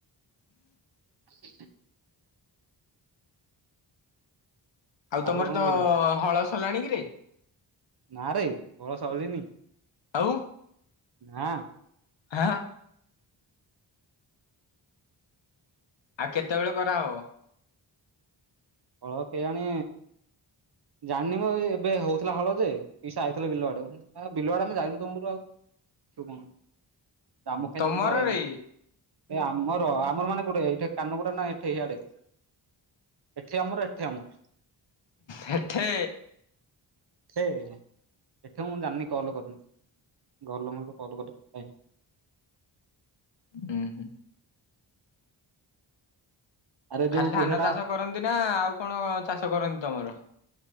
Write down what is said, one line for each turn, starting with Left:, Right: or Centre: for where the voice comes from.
Right: ଆ
Left: ଆଉ
Right: ତାପରେ
Left: ତମର
Right: କଣ
Left: ତ
Right: କହିଲ
Left: ହଳସରିଲାଣି କିରେ?
Right: ନାଁରେ ହଳ ସରିନି।
Left: ଆଉ
Right: ନାଁ।
Left: ହାଁ ଆ। ଆଉ କେତବେଳେ କରାହବ।
Right: କଳ କେଆଣି ଜାଣିନି ମ ଏ ଏବେ ହଉଥିଲା ହଳ ଯେ ପିଇସା ଆଇଥିଲେ ବିଲ ଆଡ ଉଁ ଅଁ ବିଲ ଆଡେ ଆମେ ଯାଇନୁ ତ ମୂଳରୁ ଆଉ ତୁ କଣ? କାମ ଖାଇଲା
Left: ତମରରେ
Right: <unintelligible> ଏଇମାନେ ଏ ଆମର ଆମର ମାନେ କୋଉଟେ ଏଇଠେ କାନମୋଟ ନାଇ ଠେଇଆଡେ। ଏଠି ଆମର ଏଠେ ଆମର।
Left: ହେଠେ
Right: ସେ ଏଠେ ମୁଁ ଜାଣିନି କଲ କରିନି। ଘର ଲୋଙ୍କର ତ କଲ <unintelligible> କାଇଁ?
Left: ଡିହି
Right: ଆରେ ଯୋଉ
Left: ଖାଲି ଧାନ
Right: ପଇସା ଟା
Left: ଚାଷ କରନ୍ତି ନା ଆଉ କଣ ଚାଷ କରନ୍ତି ତମର?